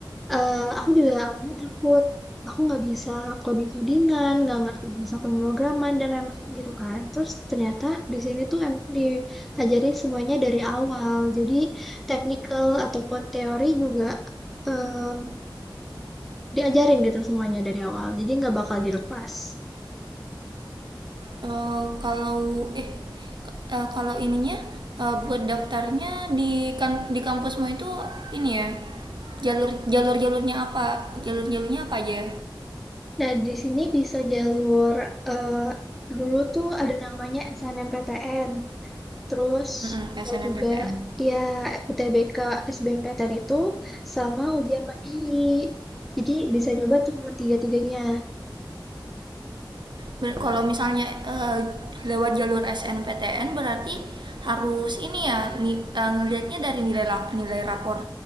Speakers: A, in the centre; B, on the right (about 65°).
A: Eee, aku juga awalnya takut, aku nggak bisa coding codingan nggak ngerti bahasa pemrograman dan lain-lain gitu kan. Terus ternyata di sini tuh emang diajari semuanya dari awal, jadi technical ataupun teori juga, mmm, diajarin gitu semuanya dari awal, jadi nggak bakal dilepas.
B: Eh, kalau eh k- eh, kalau ininya eh, buat daftarnya di kan di kampusmu itu ini ya jalur jalur jalurnya apa jalur jalurnya apa aja?
A: Nah di sini bisa jalur, eee, dulu tuh ada namanya SNMPTN. Terus
B: Mm-mm,
A: bisa
B: SNMPTN.
A: juga ya UTBK, SBMPTN itu sama ujian mandiri. Jadi bisa nyoba tuh tiga-tiganya.
B: Ber- Kalau misalnya eh, lewat jalur SNPTN berarti harus ini ya ni- eh, ngelihatnya dari nilai la- nilai rapor.